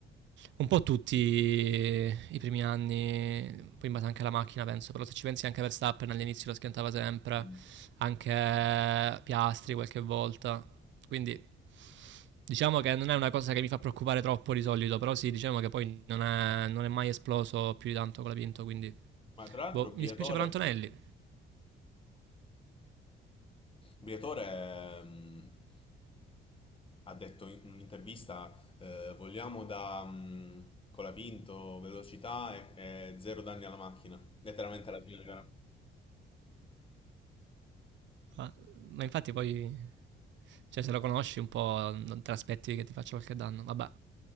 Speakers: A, on the right; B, on the left.
A: un po' tutti i primi anni, poi in base anche alla macchina penso, però se ci pensi anche Verstappen all'inizio lo schiantava sempre,
B: Mm.
A: anche Piastri qualche volta, quindi Diciamo che non è una cosa che mi fa preoccupare troppo di solito, però sì, diciamo che poi non è, non è mai esploso più di tanto con la Pinto, quindi...
B: Ma tra l'altro
A: Boh,
B: Briatore...
A: mi dispiace per Antonelli,
B: Il direttore ehm, ha detto in un'intervista, eh, vogliamo da mm, colapinto, velocità e, e zero danni alla macchina. Letteralmente alla fine era-
A: ma, ma infatti poi, cioè se lo conosci un po' non te l'aspetti che ti faccia qualche danno, vabbè.